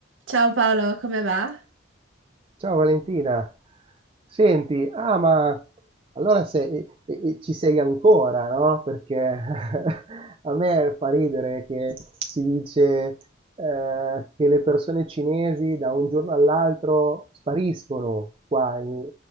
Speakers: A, on the right (about 70°); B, on the right (about 25°).
A: Ciao Paolo, come va?
B: Ciao Valentina, senti, ah ma allora se- e- e- ci sei ancora, no? Perché <laughs> a me fa ridere che si dice eh, che le persone cinesi da un giorno all'altro spariscono qua in-